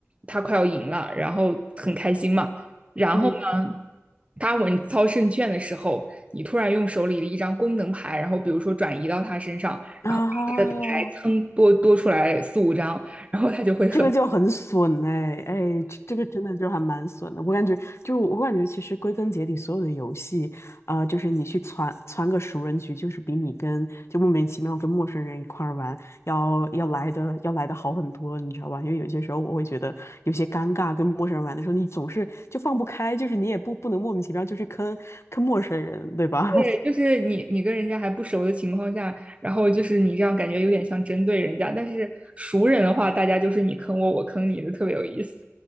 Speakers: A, on the right; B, on the left.
A: 他快要赢了，然后很开心嘛。然后呢，
B: 嗯，
A: 他稳操胜券的时候，你突然用手里的一张功能牌，然后比如说转移到他身上，
B: 啊。
A: 然后他的牌蹭多多出来四五张，然后他就会很
B: 这个就很损哎哎，这这个真的就还蛮损的。我感觉就是我感觉，其实归根结底，所有的游戏，啊，就是你去攒攒个熟人局，就是比你跟就莫名其妙跟陌生人一块儿玩要要来的要来的好很多，你知道吧？因为有些时候我会觉得有些尴尬，跟陌生人玩的时候，你总是就放不开，就是你也不不能莫名其妙就去坑坑陌生人，对吧？
A: 对，
B: <laughs>
A: 就是你你跟人家还不熟的情况下，然后就是你这样感觉有点像针对人家，但是熟人的话，大家就是你坑我，我坑你的，特别有意思。